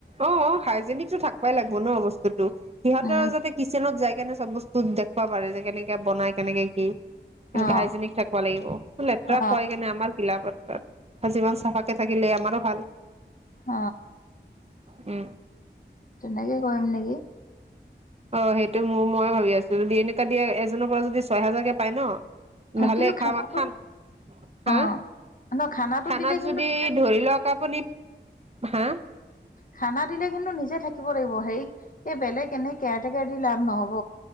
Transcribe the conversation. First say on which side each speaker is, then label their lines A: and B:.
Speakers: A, on the right; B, on the left.
A: অ হাইজেনিক টো থাকবই লাগিব ন বস্তুতো, সিহঁতৰ
B: উম,
A: যদি কিচেনত যাই কেনে চব বস্তু দেখুৱা পাৰে যে কেনেকে বনাই কেনেকে কি এনে
B: অ',
A: হাইজেনিক থাকব লাগিব তো লেতেৰা
B: অ',
A: হয় কেনে আমাৰ কিলাপত অ। তই যিমান চাফাক কে থাক কিলে আমাৰো ভাল।
B: হ।
A: উম।
B: তেনেকে কৰিম নেকি।
A: অ সেইটো মোৰ মই ভাবি আছো যদি এনেকোৱা দিয়া এজনৰ পৰা যদি ছয় হাজাৰকে পায় ন ভালে
B: কিন্তু
A: খাওঁ
B: খানাটো
A: আম খান, হা
B: অ ন খানাটো
A: খানাত
B: দিলে কিন্তু
A: যদি
B: নিজে
A: ধৰি লওক আপুনি। হা।
B: খানা দিলে কিন্তু নিজে থাকিব লাগিব হেই এই বেলেগ এনে কেয়াৰ টেকাৰ দি লাভ নহব।